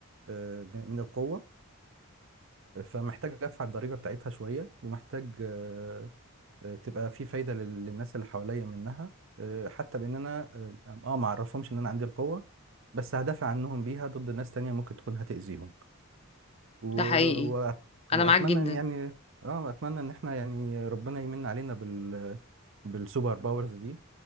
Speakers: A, on the right; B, on the left.
A: آه، من القوه فمحتاج ادفع الضريبه بتاعتها شويه ومحتاج آه، آه، تبقى في فايدة لل- للناس اللي حواليا منها آه، حتى بان انا اه آه، ما اعرفهمش ان انا عندي القوة بس هدافع عنهم بيها ضد ناس تانية ممكن تكون هتأذيهم و...
B: ده حقيقي
A: و... واتمنى
B: انا معاك جدا
A: ان يعني اه اتمنى ان احنا يعني ربنا يمن علينا بال بالسوبر باورز دي